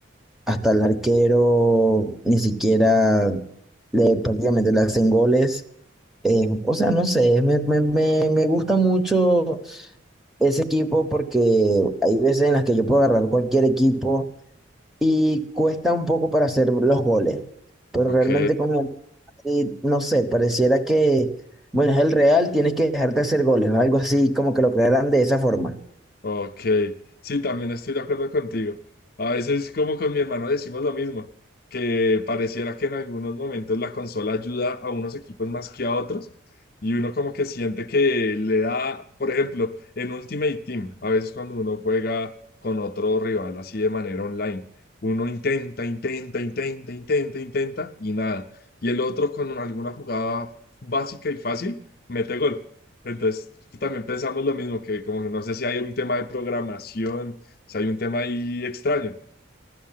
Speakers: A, in the centre; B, on the left (about 45°).
A: hasta el arquero ni siquiera le prácticamente le hacen goles. Eh, o sea, no sé, me, me, me, me gusta mucho ese equipo porque hay veces en las que yo puedo agarrar cualquier equipo y cuesta un poco para hacer los goles. Pero
B: Ok.
A: realmente con el Madrid, no sé, pareciera que, bueno, es el Real, tienes que dejarte hacer goles, ¿no? algo así, como que lo crearan de esa forma.
B: Ok, sí, también estoy de acuerdo contigo. A veces, como con mi hermano, decimos lo mismo, que pareciera que en algunos momentos la consola ayuda a unos equipos más que a otros, y uno como que siente que le da, por ejemplo, en Ultimate Team, a veces cuando uno juega con otro rival así de manera online, uno intenta, intenta, intenta, intenta, intenta, y nada. Y el otro con alguna jugada básica y fácil, mete gol. Entonces, también pensamos lo mismo, que como que no sé si hay un tema de programación, si hay un tema ahí extraño.